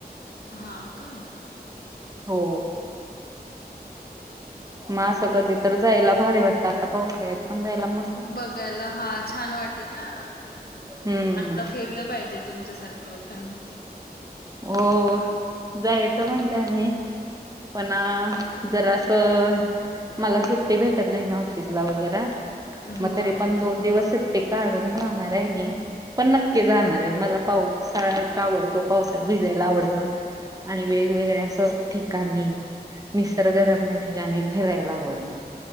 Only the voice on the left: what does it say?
हा का?
बघायला हा छान वाटेल ना,
आता फिरलं पाहिजेत. तुमच्या सारख्या लोकांची
होय.